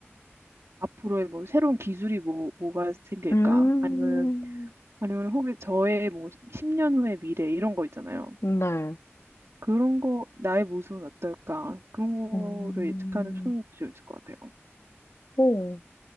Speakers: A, on the right (about 80°); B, on the left (about 85°).
A: 앞으로의 뭐 새로운 기술이 뭐 뭐가 생길까
B: 음,
A: 아니면 아니면 혹시 저의 뭐 10년 후의 미래 이런 거 있잖아요.
B: 네.
A: 그런 거 나의 모습은 어떨까 그런 거를
B: 음,
A: 예측하는 초능력도 좀 있을 것 같아요.
B: 오,